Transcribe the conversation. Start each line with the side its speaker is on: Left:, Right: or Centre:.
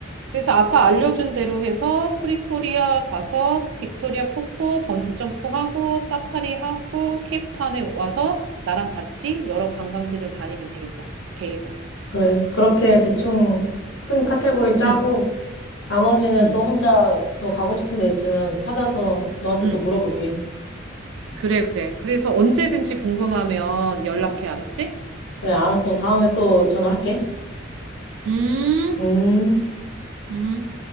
Right: 그래서 아까 알려준 대로 해서 프리토리아 가서 빅토리아 폭포 번지점프 하고 사파리 하고 케이프타운에 와서 나랑 같이 여러 관광지를 다니면 되겠다. 계획을.
Left: 그래, 그렇게 대충 큰 카테고리 짜고,
Right: 응,
Left: 나머지는
Right: 응,
Left: 또 혼자 더 가고 싶은 데 있으면 찾아서 너한테
Right: 응,
Left: 또 물어볼게.
Right: 응. 그래, 그래. 그래서 언제든지 궁금하면 연락해,
Left: 응.
Right: 알았지?
Left: 그래, 알았어. 다음에 또 전화할게.
Right: 음,
Left: 음.
Right: 음.